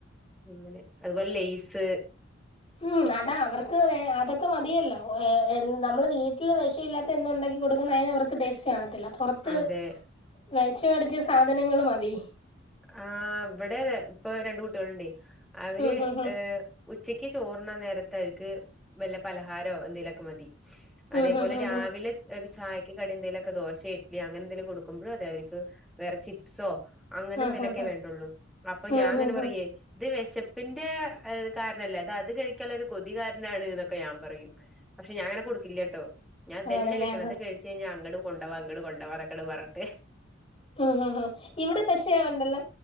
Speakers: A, in the centre; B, on the left.
A: ഉ അങ്ങനെ അതുപോലെ ലെയ്സ്
B: ഉം അതാ അവർക്ക് അതൊക്കെ മതിയല്ലേ ഏ.. നമ്മള് വീട്ടില് ദേഷ്യം - ന്ന ഉണ്ടാക്കി കൊടുക്കുന്ന അതിനവർക്ക് ടേസ്റ്റ് കാണത്തില്ല പുറത്ത്
A: ആ അതെ
B: വെഷം അടിച്ച സാധനങ്ങൾ മതി
A: ആ ഇവിടെ അതെ ഇപ്പൊ രണ്ട് കുട്ടികളുണ്ടെ അവര്
B: ഉം ഹും ഹും
A: ഏഹ് ഉച്ചക്ക് ചോറുണ്ണാൻ നേരത്തെ അവർക്ക് വല്ല പലഹാരമോ എന്തെങ്കലുമൊക്കെ മതി അതേപോലെ
B: ഉം ഹും ഹും
A: രാവിലെ
B: ഹും
A: ചായക്ക് കടി എന്തേലുമൊക്കെ ദോശ ഇഡലി അങ്ങനെ എന്തെങ്കിലും കൊടുക്കുമ്പോ അതെ അവർക്ക് വേറെ ചിപ്സോ അങ്ങനെ
B: ഉം ഹും
A: ക്കെ
B: ഹും
A: വേണ്ടുള്ളൂ അപ്പൊ
B: ഉം
A: ഞാൻ അങ്ങനെ
B: ഹും ഹും
A: പറയേ ഇത് വേശ - പ്പിന്റെ കാരണല്ലേ അതത് കഴിക്കുള്ള ഒരു കൊതി കാരണാണ്ന്ന് ക്കെ ഞാൻ പറയും പക്ഷെ ഞാനങ്ങനെ കൊടുക്കില്ല കേട്ടോ ഞാൻ അതന്നെ
B: ആണല്ലേ
A: കഴിക്കണം
B: ആ
A: അത് കഴിച്ച് കഴിഞ്ഞാൽ അങ്ങട്- കൊണ്ടോവാ അങ്ങട് കൊണ്ടോവാ അതൊക്കട് പറഞ്ഞ്
B: മ് ഹ് ഹ് ഇവിടെ പക്ഷേ ഉണ്ട